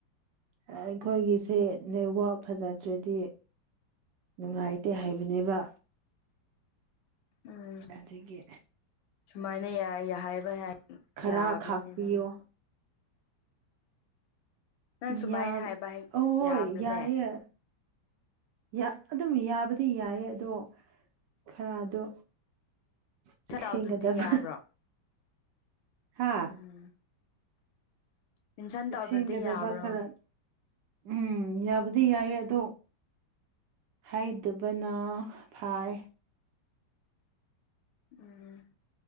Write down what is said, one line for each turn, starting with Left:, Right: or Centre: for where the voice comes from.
Right: ꯑ ꯑꯩꯈꯣꯏꯒꯤꯁꯦ ꯅꯦꯠꯋꯥꯛ ꯐꯖꯗ꯭ꯔꯗꯤ ꯅꯨꯡꯉꯥꯏꯇꯦ ꯍꯥꯏꯕꯅꯦꯕ
Left: ꯎꯝ
Right: ꯑꯗꯨꯒꯤ
Left: ꯁꯨꯃꯥꯏꯅ ꯌꯥꯏ ꯍꯥꯏꯕ
Right: ꯈꯔ
Left: ꯌꯥꯕ꯭ꯔꯅꯤ
Right: ꯈꯥꯛꯄꯤꯌꯣ
Left: ꯅꯪ ꯅꯪ ꯁꯨꯃꯥꯏꯅ
Right: ꯌꯥꯕ
Left: ꯍꯥꯏꯕ
Right: ꯑꯍꯣꯏ
Left: ꯌꯥꯕ꯭ꯔꯅꯦ
Right: ꯌꯥꯏꯌꯦ ꯌꯥ ꯑꯗꯨꯝ ꯌꯥꯕꯗꯤ ꯌꯥꯏꯌꯦ ꯑꯗꯣ ꯈꯔꯗꯣ ꯆꯦꯛꯁꯤꯟꯒꯗꯕ
Left: ꯇꯥꯎꯗꯨꯗꯤ ꯌꯥꯕ꯭ꯔꯣ
Right: ꯍꯥꯥ
Left: ꯎꯝ ꯃꯦꯟꯁꯟ
Right: ꯆꯦꯛꯁꯤꯟꯒꯗꯕ
Left: ꯇꯧꯗ꯭ꯔꯗꯤ ꯌꯥꯕ꯭ꯔꯣ
Right: ꯈꯔ ꯎꯝ ꯌꯥꯕꯨꯗꯤ ꯌꯥꯏꯌꯦ ꯑꯗꯣ ꯍꯥꯏꯗꯕꯅ ꯐꯥꯏ
Left: ꯎꯝ